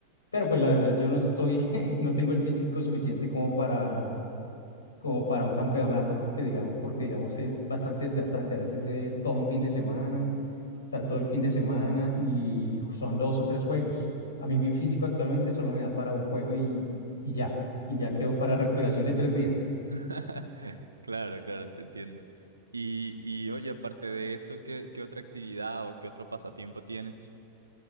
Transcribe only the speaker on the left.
pero pues la verdad yo no estoy, <laughs> no tengo el físico suficiente como para como para un campeonato, porque digamos, porque digamos es bastante desgastante. A veces es todo un fin de semana, estar todo el fin de semana y son dos o tres juegos. A mí mi físico actualmente solo me da para un juego y, y ya, y ya quedo para recuperación de tres días.